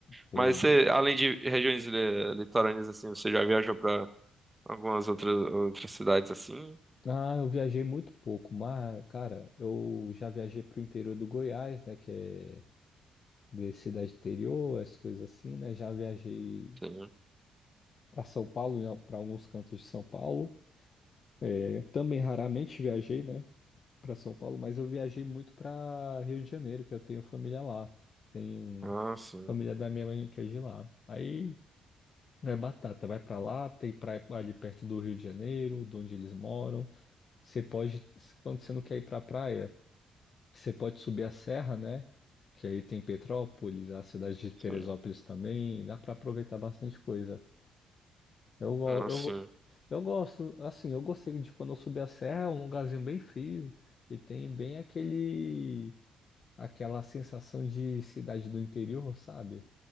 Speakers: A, on the left (about 45°); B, on the right (about 15°).
A: Pô.
B: Mas você, além de regiões li- litorâneas assim, você já viajou pra algumas outras, outras cidades assim?
A: Ah, eu viajei muito pouco, mas, cara, eu já viajei pro interior do Goiás, né, que é de cidade interior, essas coisas assim, né? Já viajei
B: Sim.
A: para São Paulo, para alguns cantos de São Paulo. É, também raramente viajei, né, para São Paulo, mas eu viajei muito para Rio de Janeiro, que eu tenho família lá. Tenho
B: Ah, sim,
A: família da minha mãe que é de lá. Aí é batata, vai para lá, tem praia ali perto do Rio de Janeiro, de onde eles moram. Você pode, quando você não quer ir para a praia, você pode subir a serra, né? Que aí tem Petrópolis, a cidade de Teresópolis
B: sim.
A: também, dá para aproveitar bastante coisa. Eu, go-
B: Ah,
A: eu,
B: sim.
A: go- eu gosto, assim, eu gostei de quando eu subi a serra, é um lugarzinho bem frio e tem bem aquele, aquela sensação de cidade do interior, sabe?